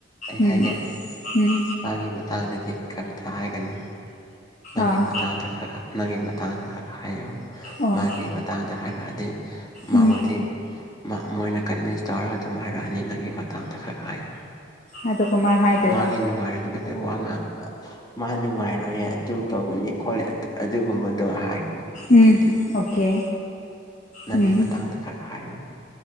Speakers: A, on the left; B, on the left.
A: ꯑꯩ
B: ꯎꯝ
A: ꯍꯥꯏꯒꯦ
B: ꯎꯝ
A: ꯃꯥꯒꯤ ꯃꯇꯥꯡꯗꯗꯤ ꯀꯔꯤꯝꯇ ꯍꯥꯏꯒꯅꯨ ꯅꯪꯒꯤ
B: ꯑꯥ
A: ꯃꯇꯥꯡꯗ ꯈꯔ ꯅꯪꯒꯤ ꯃꯇꯥꯡꯗ ꯈꯔ ꯍꯥꯏꯌꯣ
B: ꯑꯣ
A: ꯃꯥꯒꯤ ꯃꯇꯥꯡꯗ ꯍꯥꯏꯔꯛꯑꯗꯤ ꯃꯥꯈꯣꯏꯗꯤ
B: ꯎꯝ
A: ꯃꯣꯏꯅ ꯀꯟꯚꯤꯟꯁ ꯇꯧꯔꯒ ꯑꯗꯨꯝ ꯍꯥꯏꯔꯛꯑꯅꯤ ꯅꯪꯒꯤ ꯃꯇꯥꯡꯗ ꯈꯛ ꯍꯥꯏꯌꯣ
B: ꯑꯗꯣ ꯀꯃꯥꯏꯅ ꯍꯥꯏꯗꯣꯏꯕ
A: ꯃꯥꯒꯤ ꯅꯨꯅꯨꯡꯉꯥꯏꯔꯗ ꯋꯥ ꯉ ꯃꯥ ꯅꯨꯡꯉꯥꯏꯔꯣꯏꯌꯦ ꯑꯗꯨ ꯇꯧꯕꯅꯤ ꯈꯣꯠꯂꯦ ꯑꯗꯨꯒꯨꯝꯕꯗꯣ ꯍꯥꯏ ꯑꯗꯨꯗꯤ
B: ꯎꯝ ꯑꯣꯀꯦ
A: ꯅꯪꯒꯤ
B: ꯎꯝ
A: ꯃꯇꯥꯡꯗ ꯈꯔ ꯍꯥꯏꯌꯨ